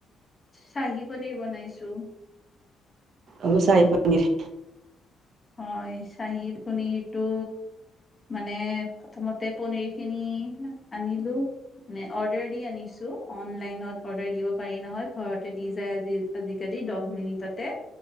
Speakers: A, on the left; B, on the right.
A: চাহী পনীৰ বনাইছোঁ।
B: আমিও চাহী পনিৰ।
A: হয়। চাহীৰ পনিৰটো মানে, প্ৰথমতে পনিৰ খিনি আনিলো। মানে, অৰ্ডাৰ দি আনিছোঁ, অনলাইনত অৰ্ডাৰ দিব পাৰি নহয়। ঘৰতে দি যায় আজিকালি দহ মিনিটতে।